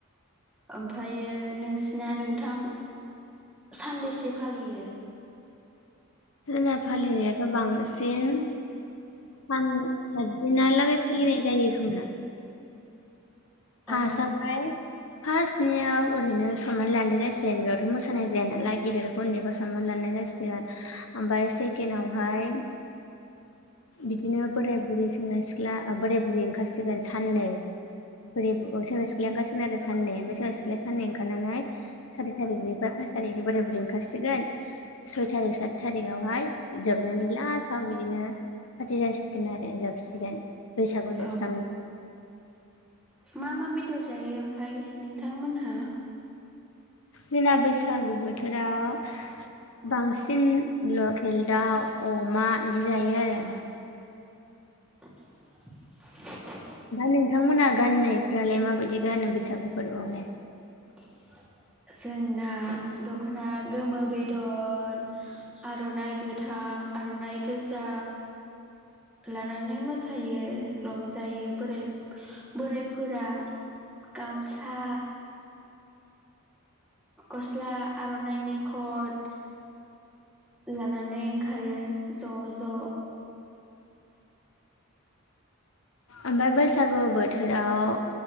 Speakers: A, in the centre; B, on the left.
A: ओमफ्रायो नोंसिना नोंथां सानबेसे फालियो।
B: जोंना फालिनायाथ' बांसिन सान साददिनालागै फालिनाय जायो खोमा फासआवहाय
A: औ
B: फार्स्टनियाव ओरैनो सनमान लानाय जासिगोन बेयावथ' मोसानाय जाया नालाय गिदेरखौ उनदैखौ सनमान लानाय जासिगोन। ओमफ्राय सेकेडआवहाय बिदिनो बोराय बुरै सेंग्रा सिख्ला बोराय बुरै ओंखारसिगोन साननै बोर सेंग्रा सिख्लाया ओंखारसिगोन आरो साननै ओमफ्राय सेंग्रा सिख्लाया साननै ओंखारनानै सारि थारिखनिफ्राय फास थारिख बोराय बुरै ओंखारसिगोन सय थारिख सा थारिखावहाय जोबनानै लास्टाव बिदिनो फार्टि जासिगोन आरो जोबसिगोन। बैसागु
A: औ
B: जोबस्रां
A: मा मा बेदर जायो ओमफ्राय नोंथांमोनहा?
B: जोंना बैसागु बो थोराव बांसिन ल केल दाव अमा इदि जायो आरो।
A: <inaudible>
B: दा नोंथांमोनहा गाननायफ्रालाय माबायदि गानो बैसागु फोरबोआव लाय?
A: <inaudible> जोंना दख'ना गोमो बेदन आर'नाइ गोथां आर'नाइ गोजा लानानै मोसायो रंजायो बोराइ बोराइफोरा गामसा गस्ला आर'नाइनि खद लानानै ओंखारो ज' ज'
B: ओमफ्राय बैसागु बोथोराव